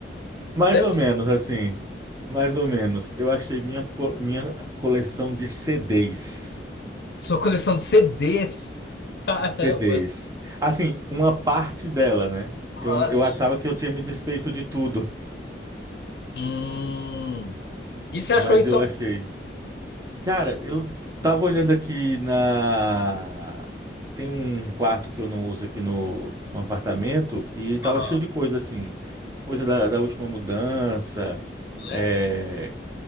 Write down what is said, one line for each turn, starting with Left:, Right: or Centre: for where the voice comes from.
Right: Mais
Left: Deve
Right: ou
Left: ser
Right: menos, assim, mais ou menos. Eu achei minha, co- minha coleção de CDs.
Left: sua coleção de CDs. <laughs> Caramba,
Right: CDs. Assim, uma parte dela, né? Eu,
Left: nossa.
Right: eu achava que eu tinha me desfeito de tudo,
Left: Hum. E você
Right: mas
Left: achou isso?
Right: eu achei. Cara, eu tava olhando aqui na. Tem um quarto que eu não uso aqui no, no apartamento e tava
Left: Aham.
Right: cheio de coisa assim. Coisa da, da última mudança, é,
Left: Né?